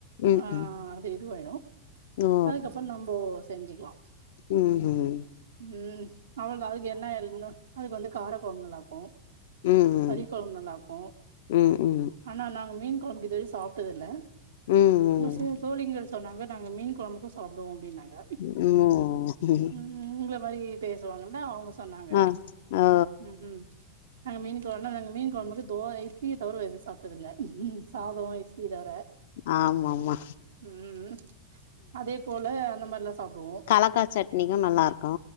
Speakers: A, on the left; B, on the right.
A: ம்ஹ்ம்.
B: ஆ அது இதுவாயிடு
A: ஓ!
B: அதுக்கப்பறோ நம்போ செஞ்சுக்கலா
A: ம் ம்
B: ம் அவ்வள அதுக்கு என்ன எ அதுக்கு வந்து கார கொழம்பு நல்லாருக்கு
A: ம், ம்.
B: கறிக்கொழம்பு நல்லா இருக்கு
A: ம், ம்.
B: ஆனா நாங்க மீன் கொழம்பு இதுவரை சாப்ட்டது இல்ல
A: ம், ம்.
B: ஒரு சில தோழிங்கள் சொன்னாங்க நாங்க மீன் கொழம்புக்கு சாப்டுவோ அப்டினாங்க
A: உம் ம்
B: ம் உங்கள மாரி பேசுவாங்கன்தா அவுங்க சொன்னாங்க
A: ஆ ஓ
B: ம்ம் நாங்க மீன் குழ நாங்க மீன் கொழம்புக்கு தோ இட்லிய தவர வேற எது சாப்ப ல்ல சாதோ இட்லிய தவர
A: ஆமா ஆமா
B: ம் ம் அதே போல அந்த மாதிரிலா சாப்டுவோ
A: கலாக்கா சட்னிக்கு நல்லா இருக்கு